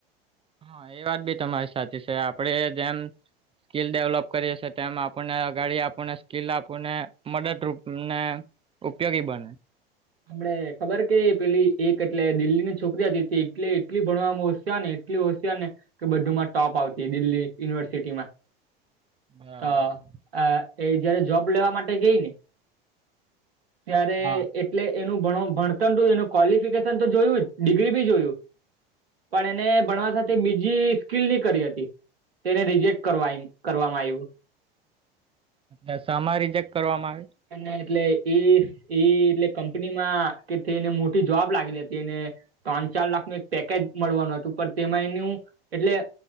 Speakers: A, on the right; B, on the right.
A: હા એ વાત બી તમારી સાચી છે, આપડે જેમ સ્કીલ ડેવલોપ કરીએ છીએ તેમ આપણને અગાડી આપને સ્કીિલ આપને મદદ રૂપને ઉપયોગી બને
B: હમને ખબર કે પેલી એક એટલે દિલ્હીની છોકરી હતી તે એટલે એટલી ભણવામા ને- એટલી હોશિયાર ને કે બધું માં ટોપ આવતી દિલ્હી યુનિવર્સિટીમાં.
A: બરાબર
B: તો
A: છે
B: આ એ જયારે જોબ લેવા માટે ગઈ ને. ત્યારે
A: હા
B: એટલે એનું ભણતર એનું ક્વલિફિકેશન તો જોયું જ ડિગ્રી બી જોયુ પણ એને ભણવા સાથે બીજી સ્કીલ ની કરી હતી. તેને રિજેક્ટ કરવા કરવામાં આવ્યું.
A: એ સમા રિજેક્ટ કરવામાં
B: એ એટલે એ એ એટલે કંપની માં કે એને મોટી જોબ લાગેલી હતી એને ત્રણ ચાર લાખ નું એક પેકેજ મળવાનું હતું પણ તેમાં એનું એટલે